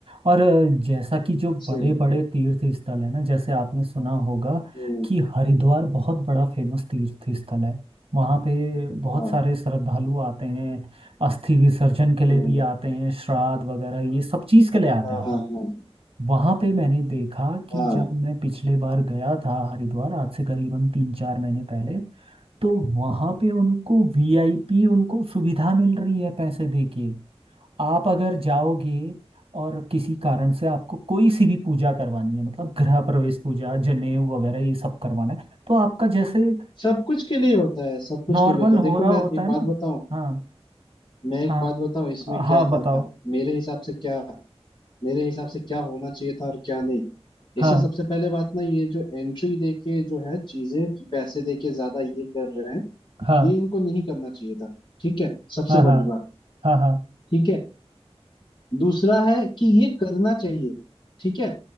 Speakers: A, on the right; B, on the left.
A: और अ, जैसा कि जो
B: इसलिए
A: बड़े बड़े तीर्थ स्थल है ना जैसे आपने सुना होगा
B: हम्म,
A: कि हरिद्वार बहुत बड़ा फेमस तीर्थ स्थल है वहाँ पे बहुत
B: हाँ
A: सारे श्रद्धालु आते हैं अस्थि विसर्जन के लिए
B: हम्म,
A: भी आते हैं श्राद्ध वगैरह ये सब चीज़ के लिए आते
B: हाँ
A: हैं मतलब
B: हाँ हाँ
A: वहाँ पे मैंने देखा कि
B: हाँ।
A: जब मैं पिछले बार गया था हरिद्वार आज से करीबन तीन चार महीने पहले तो वहाँ पे उनको वीआईपी उनको सुविधा मिल रही है पैसे देके आप अगर जाओगे और किसी कारण से आपको कोई सी भी पूजा करवानी है मतलब गृह प्रवेश पूजा जनेऊ वगैरह ये सब करवाना है तो आपका जैसे
B: सब कुछ के लिए होता है सब कुछ
A: नॉर्मल
B: के लिए होता है देखो
A: हो रहा होता
B: मैं एक
A: है
B: बात
A: ना
B: बताऊं
A: हाँ
B: मैं एक
A: हाँ
B: बात बताऊं इसमें क्या
A: हाँ
B: था
A: बताओ
B: मेरे हिसाब से क्या मेरे हिसाब से क्या होना चाहिए था और क्या नहीं इससे
A: हाँ
B: सबसे पहले बात ना ये जो एंट्री दे के जो है चीजें कि पैसे दे के ज्यादा ये कर रहे हैं
A: हाँ
B: ये इनको नहीं करना चाहिए था ठीक है सबसे
A: हाँ हाँ
B: बड़ी बात
A: हाँ हाँ
B: ठीक है दूसरा है कि ये करना चाहिए ठीक है